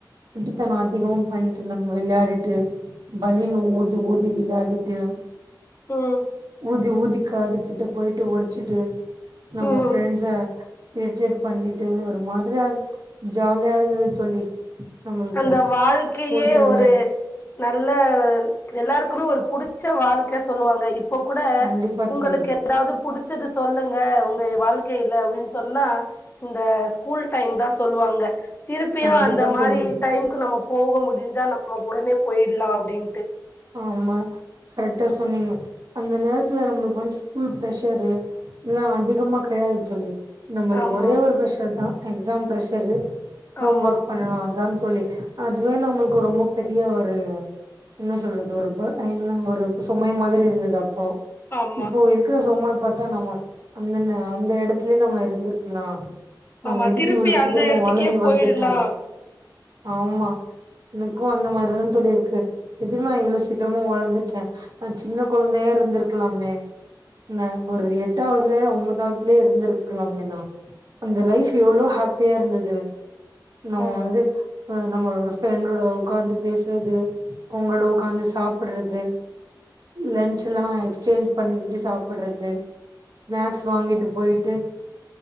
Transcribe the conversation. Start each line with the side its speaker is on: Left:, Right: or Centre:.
Right: சுட்டித்தனோ அதிகமா பணிட்டு இருந்தே விளையாடிட்டு பலீன் ஊதி ஊதி விளயாடிட்டு
Left: ம்
Right: ஊதி ஊதி காதுக்கிட்ட போயிட்டு ஒடச்சுட்டு நம்ம
Left: ம்
Right: ஃப்ரெண்ஸ இரிட்டேட் பண்ணிட்டு ஒரு மாதிரி அது ஜாலியா இருந்துது தோழி நம்மளுக்கு
Left: அந்த வாழ்க்கையே
Right: ஸ்கூல் டைமே
Left: ஒரு நல்ல எல்லாருக்குமே ஒரு புடிச்ச வாழ்க்க சொல்லுவாங்க இப் இப்ப கூட
Right: கண்டிப்பா
Left: உங்களுக்கு
Right: தோழி
Left: எதாவ்து புடிச்சது சொல்லுங்க உங்க வாழ்க்கைல அப்டின் சொன்னா இந்த ஸ்கூல் டைம் தா சொல்லுவாங்க திருப்பியு
Right: கண்டிப்பா
Left: அந்த மாரி
Right: தோழி
Left: டைம்க்கு நம்ம போக முடிஞ்சா நம்ம ஒடனே போயிடலா அப்டின்ட்டு
Right: ஆமா கரெக்டா சொன்னீங்க அந்த நேரத்துல நமக்கு வந்து ஸ்கூல் ப்ரஷர் எல்லா அதிகமா கெடையாது தோழி நம்மளுக்கு
Left: ஆமா
Right: ஒரே ஒரு பிரஷர் தா எக்ஸாம் ப்ரெஷர் ஹோம்
Left: ஆமா
Right: ஒர்க் பண்ணனு அதான் தோழி அதுவே நம்மளுக்கு ரொம்ப பெரிய ஒரு என்ன சொல்றது அது ஒரு போ என்ன ஒரு சுமை மாதிரி இருந்தது அப்போ
Left: ஆமா
Right: இப்போ இருக் குற சுமய பாத்தா நம்ம அந்தந்த அந்த எடத்துலே நம்ம இருந்துருக்லா நம்ம
Left: ஆமா
Right: எதுக்கு
Left: திருப்பி
Right: இவ்ளோ சீக்கரமா
Left: அந்த எடத்துக்கே
Right: வளந்து
Left: போயிடலா
Right: வந்துட்டோ ஆமா எனக்கு அந்த மாரிதா தோழி இருக்கு இதுக்கு நா இவ்ளோ சீக்ரமா வளந்துட்ட நா சின்ன கொழந்தையா இருந்துருக்கலாமே ந ஒரு எட்டாவ்துலே ஒம்பதாவ்துலே இருந்திருக்கலாமே நா அந்த லைஃப் எவ்ளோ ஹாப்பியா இருந்துது நம்ம
Left: ஆமா
Right: வந்து அ நம்மளோட ஃபரெண்டோட ஒக்காந்து பேசனது அவுங்களோட ஒக்காந்து சா சாப்புறது லன்ச்சுலா எக்ஸ்சேஞ்ச் பண்ணிக்கிட்டு சாப்பட்றது ஸ்னாக்ஸ் வாங்கிட்டு போய்ட்டு